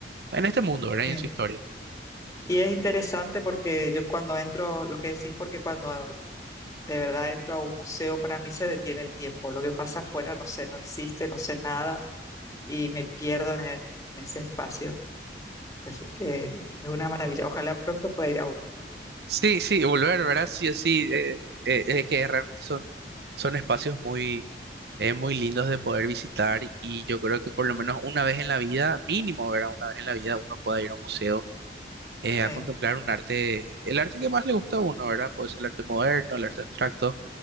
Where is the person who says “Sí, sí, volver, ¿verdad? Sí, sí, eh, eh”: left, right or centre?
Right